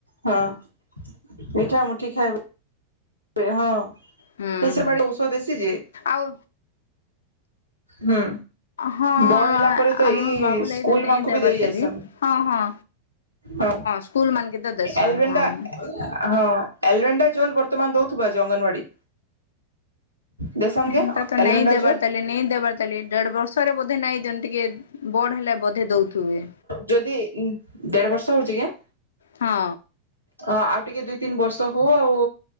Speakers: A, on the right; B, on the left.
A: ହଁ। ମିଠା ମୁଠି ଖାଇବେ ବେ ହଁ
B: ହୁଁ
A: ନିଶା
B: ହୁଁ
A: ପାଣି ଔଷଧ ଦେଶି ଯେ।
B: ଆଉ
A: ହୁଁ।
B: ହଁ
A: ବଡ ହେଲା ପରେ ତ
B: ଆମ
A: ଏଇ
B: ବାବୁ
A: ସ୍କୁଲ
B: ଲାଗି ତ ନେଇ
A: ମାନଙ୍କୁ
B: ଦେବାର
A: ବି ଦେଇ
B: ଦେଲି
A: ଆସନ।
B: ହଁ ହଁ
A: ହଁ
B: ସ୍କୁଲ ମାନକେ ତ ଦେସନ୍
A: ଏଲଭେଣ୍ଡା
B: ହଁ।
A: ଆ ହଁ। ଏଲଭେଣ୍ଡା ଝୋଲ୍ ବର୍ତ୍ତମାନ ଦଉଥିବ ଆଜି ଅଙ୍ଗନବାଡି। ଦେସନ୍
B: ହେନ୍ତା
A: କେ
B: ତ
A: ଏଲଭେଣ୍ଡା
B: ନାଇଁ ଦେବାର
A: ଜୋଲ
B: ଦେଲେନି ଦେବାର ତାହେଲେ ଦେଢ ବର୍ଷରେ ବୋଧେ ନାହିଁ ଯେମିତି କି ବଡ ହେଲା ବୋଧେ ଦଉଥିବେ।
A: ଯଦି ଦେଢ ବର୍ଷ ହଉଛି କି?
B: ହଁ।
A: ହଁ ଆଉ ଟିକେ ଦୁଇ ତିନି ବର୍ଷ ହଉ ଆଉ।